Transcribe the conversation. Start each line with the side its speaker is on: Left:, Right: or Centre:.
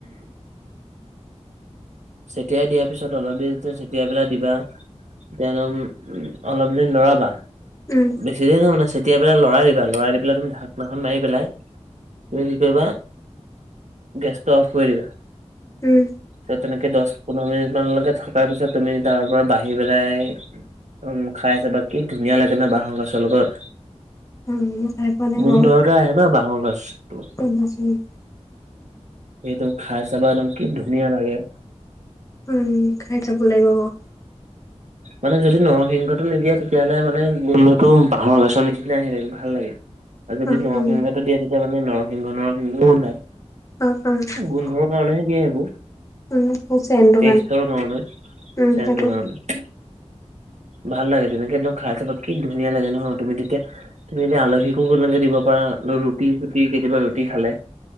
Left: <inaudible>
Right: চেটিয়াই দিয়াৰ পিছত অলপ দেৰি যেতিয়া ছটিয়াই পেলাই দিবা <unintelligible> একদম অলপ দেৰি ল'ৰাবা।
Left: উম।
Right: বেচি দেৰি নহয় মা চেতিয়াই পেলাই লৰাই দিবা লৰাই দি পেলাই তুমি ঢাকনাখন মাৰি পেলাই তুমি কি কৰিবা গেছটো অফ কৰি দিবা।
Left: উম।
Right: পিছত তেনেকে দচ পোন্ধৰ মিনিটমানলৈকে থকাৰ পিছত তুমি তাৰ পৰা বাঢ়ি পেলাই উম, খাই চাবা কি ধুনীয়া লাগে ন বাঁহৰ গছৰ লগত।
Left: <unintelligible> খাই পোৱা নাই
Right: গোন্ধ
Left: বাৰু।
Right: আহে ন'বাঁহৰ গাজটো।
Left: <unintelligible>
Right: সেইটো খাই চাবা একদম কি ধুনীয়া লাগে।
Left: উম, খাই চাব লাগিব বাৰু।
Right: মানে যদি নৰসিংহটো নিদিয়া তেতিয়াহ'লে মানে গোন্ধতো বাঁহৰ গাজৰ নিচিনা <unintelligible> ভাল লাগে। আৰু যদি
Left: উম
Right: নৰসিংহটো
Left: উম
Right: দিয়ে তেতিয়া মানে নৰসিংহ নৰসিংহ গোন্ধাই।
Left: <unintelligible>
Right: গোন্ধৰ কাৰণেহে দিয়ে এইবোৰ,
Left: উম হৈছে এনটো
Right: টেষ্টৰ কাৰণে,
Left: উম
Right: চেণ্টৰ
Left: সেইটো
Right: কাৰণে। ভাল লাগে তেনেকে একদম খাই চাবা কি ধুনীয়া লাগে নহয় তুমি তেতিয়া তুমি এনে আলহীকো <unintelligible> দিব পাৰা, ৰুটি চুটি কেতিয়াবা ৰুটি খালে।